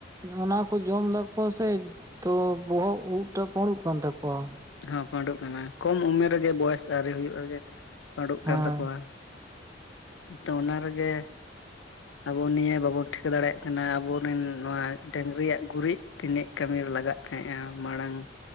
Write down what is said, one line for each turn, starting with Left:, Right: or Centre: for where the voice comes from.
Right: ᱚᱱᱟ ᱠᱚ ᱡᱚᱢ ᱮᱫᱟᱠᱚ ᱥᱮ ᱛᱚ ᱵᱚᱦᱚᱜ ᱩᱵ ᱴᱟᱜ ᱯᱩᱲᱩᱜ ᱠᱟᱱ ᱛᱟᱠᱚᱣᱟ
Left: ᱦᱚ ᱯᱟᱹᱰᱩᱜ ᱠᱟᱱᱟ ᱠᱚᱢ ᱩᱢᱮᱨ ᱨᱮᱜᱮ ᱵᱚᱭᱮᱥ ᱟᱹᱣᱨᱤ ᱦᱩᱭᱩᱜ ᱨᱮᱜᱮ ᱯᱟᱹᱰᱩᱜ ᱠᱟᱱ
Right: ᱦᱮᱸ
Left: ᱛᱟᱠᱚᱣᱟ ᱛᱚ ᱚᱱᱟ ᱨᱮᱜᱮ ᱟᱵᱚ ᱱᱤᱭᱟᱹ ᱵᱟᱵᱚᱱ ᱴᱷᱤᱠᱟᱹ ᱫᱟᱲᱮᱭᱟᱜ ᱠᱟᱱᱟ ᱟᱵᱚᱨᱮᱱ ᱱᱚᱣᱟ ᱰᱟᱹᱝᱨᱤᱭᱟᱜ ᱜᱩᱨᱤᱡ ᱛᱤᱱᱟᱹᱜ ᱠᱟᱹᱢᱤᱨᱮ ᱞᱟᱜᱟᱜ ᱛᱟᱦᱮᱸᱫᱼᱟ ᱢᱟᱲᱟᱝ